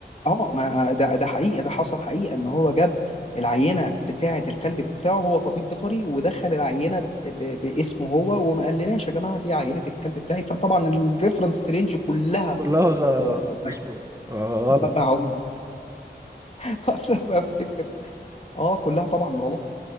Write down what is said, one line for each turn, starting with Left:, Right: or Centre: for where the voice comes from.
Left: اه ما أنا- ده ده حقيقه ده حصل حقيقه ان هو جاب العينه بتاعه الكلب بتاعه هو طبيب بيطري ودخل العينه ب- ب- باسمه هو وما قالناش يا جماعه دي عينه الكلب بتاعي فطبعا الريفرنس رينج كلها
Right: كلها غ...
Left: آه،
Right: مش ب- غلط
Left: ما هو <laughs> ما افتكر اه كلها طبعا غلط